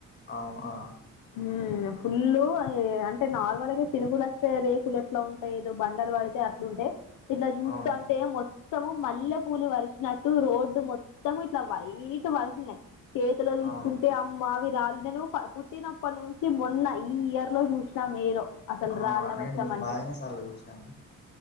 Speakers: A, on the left (about 35°); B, on the left (about 75°).
A: అవును ఆ
B: ఊమ్ ఫుల్లు ఏ అంటే నార్మల్గా చినుగులస్తే రేకుల ట్లా ఉంటాయి ఏదో బండలు వడితే అట్లుంటయి ఇట్లా చూస్తే
A: అవును
B: అం టే మొత్తము మల్లె పూలు వరిసినట్టు రోడ్డు మొత్తము ఇట్లా వైట్ వరుసినయి చేతిలో తీసుకుంటే
A: అవును
B: అమ్మమావి రాళ్ళు న పుట్టినప్పటి నుంచి మొన్నా ఈ ఇయర్ లో చూసినా మేలో అసలు
A: అవును
B: రాళ్ళ వర్షం
A: నేను
B: అంటే
A: బాగానే సార్లు చూసినా అండి